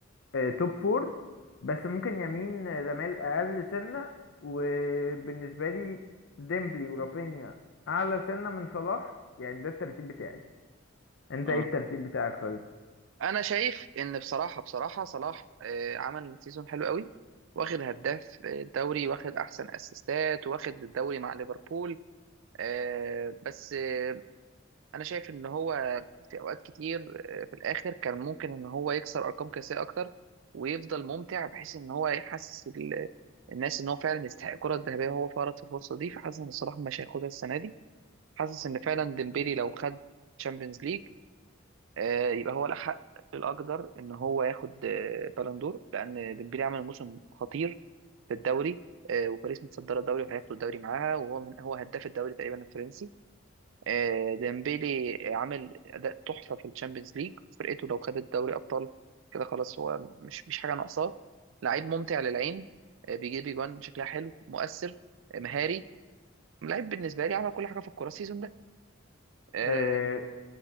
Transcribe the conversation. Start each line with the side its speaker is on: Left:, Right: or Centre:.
Left: آه، توب فور بس ممكن يمين آه، لمال اقل سنه وبالنسبه لي ديمبلي ورافينيا اعلى سنه من صلاح يعني ده الترتيب بتاعي انت
Right: اه
Left: ايه الترتيب بتاعك طيب
Right: انا شايف ان بصراحه بصراحه صلاح آه، عمل سيزون حلو قوي واخد هداف آه، الدوري واخد احسن اسيستات واخد الدوري مع ليفربول آه، بس آه، انا شايف ان هو في اوقات كتير آه، في الاخر كان ممكن ان هو يكسر ارقام قياسيه اكتر ويفضل ممتع بحيث ان هو يحسس ال- الناس ان هو فعلا يستحق الكره الذهبيه وهو فرط في الفرصه دي فحاسس ان صلاح مش هياخدها السنه دي حاسس ان فعلا ديمبيلي لو خد تشامبيونز ليج آه، يبقى هو له حق الاقدر ان هو ياخد آه، بالون دور لان ديمبلي عمل موسم خطير في الدوري آه، وباريس متصدره الدوري وهياخدوا الدوري معاها وهو من هو هداف الدوري تقريبا الفرنسي آه، ديمبلي عامل اداء تحفه في الشامبيونز ليج فرقته لو خدت دوري ابطال كده خلاص هو مش مش حاجه ناقصاه لعيب ممتع للعين آه، بيجيب اجوان شكلها حلو مؤثر آه، مهاري لعيب بالنسبه لي عمل كل حاجه في الكوره السيزون ده آه،
Left: آه،